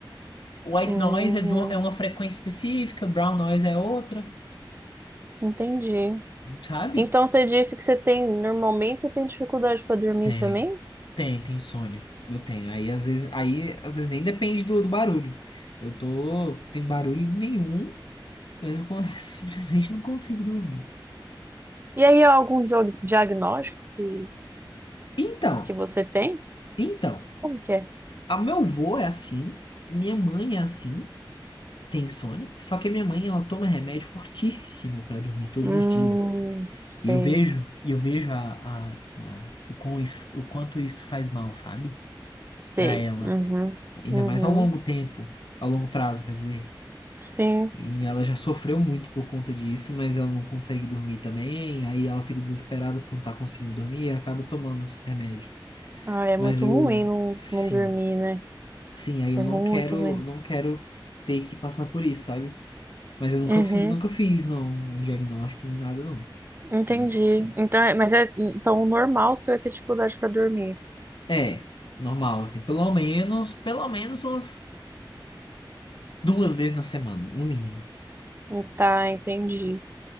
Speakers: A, on the left; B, on the right.
A: White
B: Hum,
A: noise é, de uma, é uma frequência específica, brown noise é outra,
B: entendi.
A: sabe?
B: Então você disse que você tem. Normalmente você tem dificuldade para dormir
A: Tem,
B: também?
A: tem, tem insônia. Eu tenho. Aí às vezes, aí às vezes nem depende do, do barulho. Eu tô sem barulho nenhum, mas eu con- <laughs> simplesmente não consigo dormir.
B: E aí há algum diog- diagnóstico que,
A: Então,
B: que você tem?
A: então,
B: Como que é?
A: a meu avô é assim, minha mãe é assim, tem insônia, só que a minha mãe ela toma remédio fortíssimo pra dormir todos
B: Hum,
A: os dias.
B: sei,
A: E eu vejo, e eu vejo a, a, a- o quão isso, o quanto isso faz mal, sabe?
B: sei.
A: Pra ela.
B: Uhum,
A: Ainda
B: uhum.
A: mais ao longo tempo, ao longo prazo, quer dizer.
B: Sim.
A: E ela já sofreu muito por conta disso, mas ela não consegue dormir também. Aí ela fica desesperada por não estar conseguindo dormir e acaba tomando esse remédio.
B: Ah, é
A: Mas
B: muito
A: eu,
B: ruim não,
A: sim,
B: não dormir, né?
A: sim, aí eu
B: É muito
A: não quero,
B: ruim.
A: não quero ter que passar por isso, sabe? Mas eu nunca,
B: Uhum,
A: fi- nunca fiz, não, um diagnóstico nem nada, não,
B: entendi.
A: nesse sentido.
B: Então, é- mas é então o normal você é ter dificuldade para dormir.
A: É, normal, assim, pelo menos, pelo menos umas duas vezes na semana, no mínimo.
B: Hum, Tá, entendi.